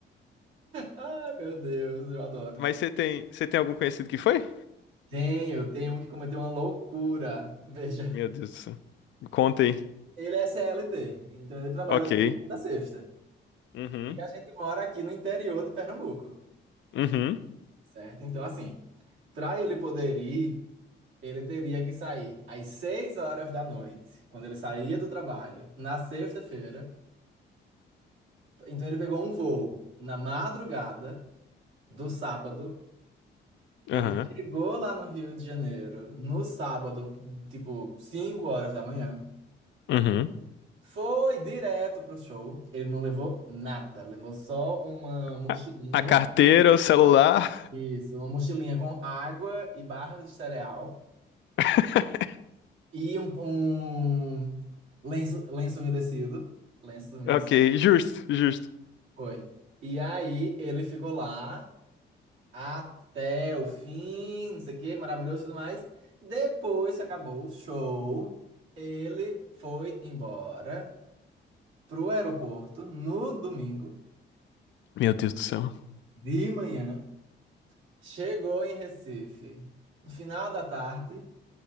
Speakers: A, on the right (about 80°); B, on the left (about 70°).
A: Ah, meu Deus, eu adoro.
B: Mas você tem, você tem algum conhecido que foi?
A: Tenho, tem um que cometeu uma loucura. Veja,
B: Meu Deus do céu. Conta aí.
A: ele é CLT, então ele trabalha
B: Ok.
A: de segunda a sexta.
B: Uhum.
A: E a gente mora aqui no interior de Pernambuco.
B: Uhum.
A: Certo? Então, assim, para ele poder ir, ele teria que sair às 6 horas da noite, quando ele saía do trabalho, na sexta-feira. Então, ele pegou um voo na madrugada do sábado. Ele
B: Aham.
A: chegou lá no Rio de Janeiro no sábado, tipo, 5 horas da manhã.
B: Uhum.
A: Foi direto pro show. Ele não levou nada, levou só uma mochilinha.
B: A, a carteira, o celular.
A: Isso, uma mochilinha com água e barra de cereal.
B: <laughs>
A: E um, um lenço, lenço umedecido. Lenço umedecido.
B: Ok, justo, justo.
A: Foi. E aí ele ficou lá até o fim, não sei o quê, maravilhoso e tudo mais. Depois que acabou o show, ele foi embora pro aeroporto no domingo
B: Meu Deus do céu.
A: de manhã. Chegou em Recife no final da tarde,